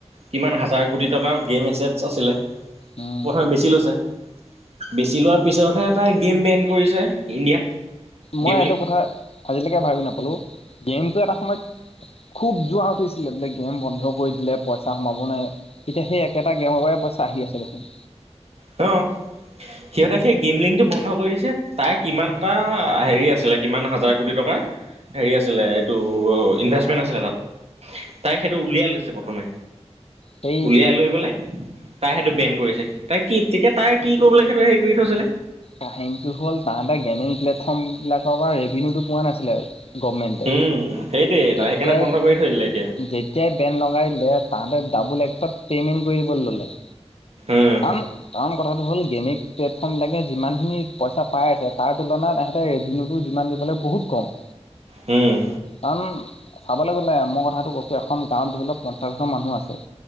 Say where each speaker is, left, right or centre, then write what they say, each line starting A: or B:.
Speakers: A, on the right (about 60°); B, on the left (about 60°).
A: কিমান হাজাৰ কোটি টকাৰ গেম এছেটছ আছিলে
B: উম
A: প্ৰথমে বেছি লৈছে। বেচি লোৱাৰ পিছতহে তাই গেম বেণ্ড কৰিছে ইণ্ডিয়াত।
B: মই
A: গেমলিং
B: এইটো কথা আজিলৈকে ভাবি নাপালো গেমতটো এটা সময়ত‌ খুব জোৱা উঠিছিলে বোলে গেম বন্ধ কৰি দিলে পইচা সোমাব নাই। এতিয়া সেই একেটা গেমৰ পৰা পইচা আহি আছে দেখোন।
A: অ সিহঁতে সেই গেম লিংকটো বন্ধ কৰি দিছে তাৰে কিমান এটা হেৰি আছিলে কিমান হাজাৰ কোটি টকাৰ হেৰি আছিলে এইটো ইনভেষ্টমেণ্ট আছিলে তাত তাই সেইটো সেইটো উলিয়াই লৈছে প্ৰথমে
B: সেই
A: উলিয়াই লৈ পেলাই তাই সেইটো বেন্ড কৰিছে। তাই কি তেতিয়া তাই কি কৰিবলৈ সেইটো হেৰি কৰি থৈছিলে?
B: কাহিনীটো হ'ল তাহাঁতে গেনেইন প্লেটফৰ্ম বিলাকৰ পৰা ৰেভিনউটো পোৱা নাছিলে আৰু গভৰ্ণমেণ্ট
A: উম সেইটোৱে তাই
B: যেতিয়াই
A: সেইকাৰণে বন্ধ কৰি থৈ দিলে এতিয়া
B: যেতিয়াই বেন্ড লগাই দিলে তাহাঁতে ডাবুল এক্সত পেমেণ্ট কৰি দিবলৈ ললে
A: উম
B: কাৰণ কাৰণ কথাটো হ'ল গেমিং প্লেটফৰ্ম বিলাকে যিমানখিনি পইচা পাই আছে তাৰ তুলনাত সহঁতে ৰেভিনউটো যিমান দিবলৈ বহুত কম।
A: উম।
B: কাৰণ চাবলৈ গ'লে মই কথাটো কৈছো এখন গাঁৱত ধৰি লওক পঞ্চাচ হাজাৰ মানুহ আছে।